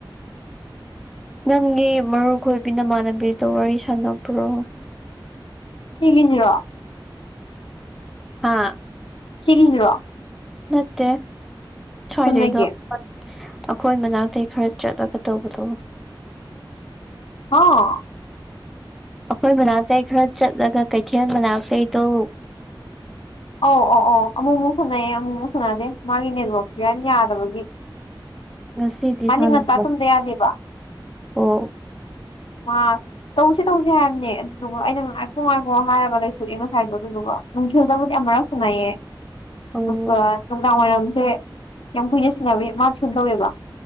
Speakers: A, in the centre; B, on the left.
A: ꯅꯪꯒꯤ ꯃꯔꯨ ꯈꯣꯏꯕꯤ ꯅꯃꯥꯟꯅꯕꯤꯗꯣ ꯋꯥꯔꯤ ꯁꯥꯟꯅꯕ꯭ꯔꯣ
B: <unintelligible>
A: ꯑꯥ
B: ꯁꯤꯒꯤ ꯁꯤꯔꯣ
A: ꯅꯠꯇꯦ ꯁꯋꯥꯏꯗꯩꯗꯣ
B: ꯆꯨꯝꯅꯒꯤ
A: ꯑꯩꯈꯣꯏ ꯃꯅꯥꯛꯇꯇꯩ ꯈꯔ ꯆꯠꯂꯒ ꯇꯧꯕꯗꯣ
B: ꯍꯥ
A: ꯑꯩꯈꯣꯏ ꯃꯅꯥꯛꯇꯩ ꯈꯔ ꯆꯠꯂꯒ ꯀꯩꯊꯦꯜ ꯃꯅꯥꯛꯇꯩꯗꯣ
B: ꯑꯧ ꯑꯧ ꯑꯧ ꯑꯃꯨꯛꯨꯛ ꯁꯥꯟꯅꯩꯑꯌꯦ ꯑꯃꯨꯛꯃꯨꯛ ꯁꯥꯟꯅꯑꯗꯦ ꯃꯥꯒꯤ ꯅꯦꯠꯋꯔꯛꯁꯦ ꯌꯥꯝ ꯌꯥꯗꯕꯒꯤ
A: ꯉꯁꯤꯗꯤ
B: ꯉꯗꯤ
A: ꯁꯥꯟꯅꯕ
B: ꯉꯟꯇꯥ ꯇꯨꯝꯗ ꯌꯥꯗꯦꯕ
A: ꯑꯣ
B: ꯃꯥ ꯇꯧꯁꯦ ꯇꯧꯁꯦ ꯍꯥꯏꯕꯅꯦ ꯑꯗꯨꯗꯨꯒ ꯑꯩꯅ ꯉꯥꯏꯈꯣ ꯉꯥꯏꯈꯣ ꯍꯥꯏꯔꯒ ꯂꯩꯊꯣꯛꯑꯦ ꯉꯁꯥꯏꯗꯣ ꯑꯗꯨꯗꯨꯒ ꯅ ꯍꯖ ꯃꯗꯤ ꯑ ꯑꯃꯔꯁꯨꯅꯥꯏꯌꯦ
A: ꯑꯣ
B: ꯑꯗꯨꯒ ꯅꯨꯡꯗꯥꯡ ꯋꯥꯏꯔꯝꯁꯦ ꯌꯥꯝ ꯀꯨꯏꯅ ꯁꯨꯟꯅꯕꯤ ꯃꯥ ꯁꯨꯅ ꯇꯧꯋꯦꯕ